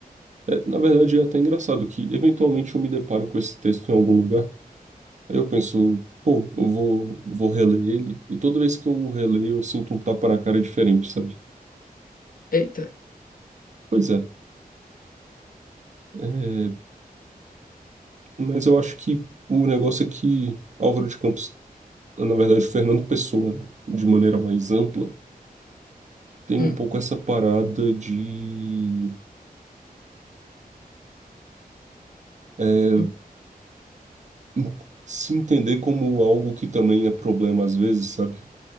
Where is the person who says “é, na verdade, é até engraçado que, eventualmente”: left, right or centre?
Right